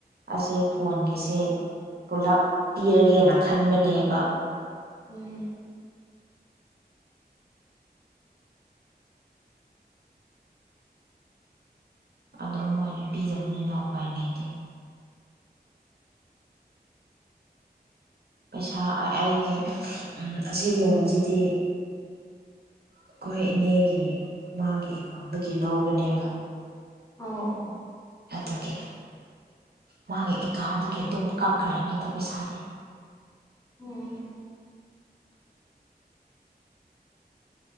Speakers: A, on the right (about 70°); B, on the left (about 20°).
A: ꯑꯁꯦ ꯐꯣꯟꯒꯤꯁꯦ ꯄꯨꯂꯞ ꯄꯤꯔꯒꯦꯅ ꯈꯟꯕꯅꯦꯕ
B: ꯎꯝ
A: ꯑꯗꯣ ꯃꯣꯏꯅ ꯄꯤꯗꯕꯅꯤꯅ ꯎꯄꯥꯏ ꯂꯩꯇꯦ ꯄꯩꯁꯥ ꯑꯩ ꯑꯩꯒꯤ ꯑꯁꯤ ꯂꯣꯟꯁꯤꯗꯤ ꯑꯩꯈꯣꯏ ꯏꯅꯦꯒꯤ ꯃꯥꯒꯤ ꯑꯦꯀꯥꯎꯟꯗꯒꯤ ꯂꯧꯕꯅꯦꯕ
B: ꯑꯣ ꯑꯣ
A: ꯑꯗꯨꯒꯤ ꯃꯥꯒꯤ ꯑꯦꯀꯥꯎꯟꯗꯒꯤ ꯑꯗꯨꯝ ꯀꯛꯈ꯭ꯔꯅꯤꯗ ꯄꯩꯁꯥꯗꯤ
B: ꯎꯝ